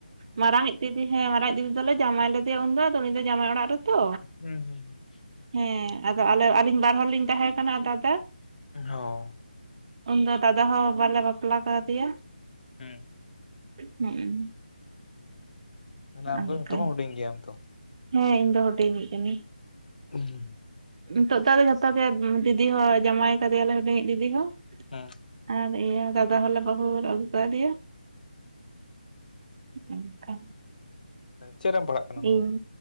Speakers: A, on the right; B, on the left.
A: ᱢᱟᱨᱟᱝ ᱤᱡᱼᱼ ᱫᱤᱫᱤ ᱦᱮᱸ ᱢᱟᱨᱟᱝ ᱫᱤᱫᱤ ᱫᱚᱞᱮ ᱡᱟᱢᱟᱭ ᱞᱮᱫᱮᱭᱟ ᱩᱱᱫᱚ ᱟᱫᱚ ᱩᱱᱤᱫ ᱫᱚ ᱡᱟᱢᱟᱭ ᱚᱲᱟᱜ ᱨᱮᱛᱚ᱾
B: ᱦᱩᱸ ᱦᱩᱸ
A: ᱦᱮᱸ ᱟᱫᱚ ᱟᱞᱮ ᱟᱹᱞᱤᱧ ᱵᱟᱨ ᱦᱚᱲ ᱞᱤᱧ ᱛᱟᱦᱮᱸ ᱠᱟᱱᱟ ᱟᱨ ᱫᱟᱫᱟ,
B: ᱚᱹᱻ
A: ᱩᱱᱫᱚ ᱫᱟᱫᱟ ᱦᱚᱸ ᱵᱟᱞᱮ ᱵᱟᱯᱞᱟ ᱠᱟᱫᱮᱭᱟ
B: ᱦᱩᱸ
A: ᱦᱩᱸ
B: ᱛᱟᱦᱞᱮ ᱟᱢ
A: ᱚᱱᱠᱟ
B: ᱫᱚ ᱡᱚᱛᱚᱠᱷᱱ ᱦᱩᱰᱤᱧ ᱜᱮᱭᱟᱢ ᱛᱚ?
A: ᱦᱮᱸ ᱤᱧ ᱫᱚ ᱦᱩᱰᱤᱧᱤᱡ ᱠᱟᱹᱱᱟᱹᱧ
B: ᱦᱩᱸ
A: ᱱᱤᱛᱚᱜ ᱫᱚ ᱟᱞᱮ ᱡᱷᱚᱛᱚ ᱜᱮ ᱫᱤᱫᱤ ᱦᱚᱸ ᱡᱟᱢᱟᱭ ᱟᱠᱟᱫᱮᱭᱟᱞᱮ ᱦᱩᱰᱤᱧᱤᱡ ᱫᱤᱫᱤ ᱦᱚᱸ
B: ᱦᱩᱸ
A: ᱟᱨ ᱤᱭᱟᱹ ᱫᱟᱫᱟ ᱦᱚᱸᱞᱮ ᱵᱟᱦ ᱞᱮ ᱟᱜᱩᱭᱟᱠᱟ ᱫᱮᱭᱟ ᱚᱱᱠᱟ
B: ᱪᱮᱫ ᱨᱮᱢ ᱯᱟᱲᱦᱟᱜ ᱠᱟᱱᱟ
A: ᱤᱧ